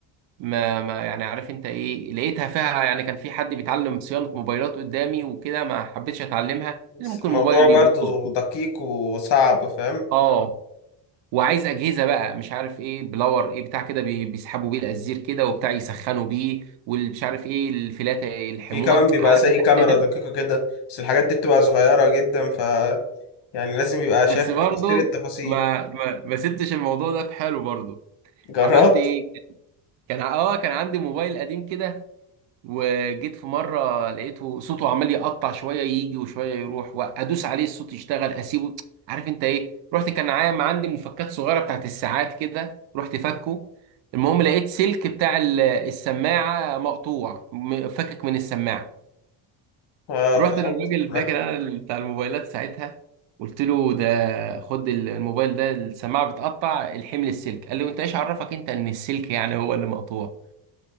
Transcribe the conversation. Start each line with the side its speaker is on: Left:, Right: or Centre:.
Right: ما ما يعني عارف انت ايه لقيتها فيها يعني كان في حد بيتعلم صيانه موبايلات قدامي وكده ما حبيتش اتعلمها
Left: بس
Right: لان ممكن
Left: الموضوع
Right: الموبايل
Left: برضه
Right: يبوظ
Left: دقيق وصعب فاهم
Right: اه وعايز اجهزه بقى مش عارف ايه بلور ايه بتاع كده بي- بيسحبوا بيه الازير كده وبتاع يسخنوا بيه واللي مش عارف ايه الفلاته يلحموها
Left: في كمان بيبقى
Right: عارف
Left: زي
Right: انت
Left: كاميرا
Right: حليت ال-
Left: دقيقه كده بس الحاجات دي بتبقى صغيره جدا ف يعني لازم يبقى
Right: بس
Left: شايف تفاصيل
Right: برضه
Left: التفاصيل
Right: ما ما ما سبتش الموضوع ده في حاله برضه
Left: جربت
Right: عملت ايه كان ع- اه كان عندي موبايل قديم كده وجيت في مره لقيته صوته عمال يقطع شويه يجي وشويه يروح وادوس عليه الصوت يشتغل اسيبه عارف انت ايه رحت كان عام عندي مفكات صغيره بتاعت الساعات كده رحت فكه المهم لقيت سلك بتاع ال- السماعه مقطوع م- فكك من السماعه
Left: اه
Right: رحت
Left: فقمت
Right: للراجل
Left: رحت
Right: فاكر انا ال- بتاع الموبايلات ساعتها قلت له ده خد الموبايل ده السماعه بتقطع الحمل السلك قال لي وانت ايش عرفك انت ان السلك يعني هو اللي مقطوع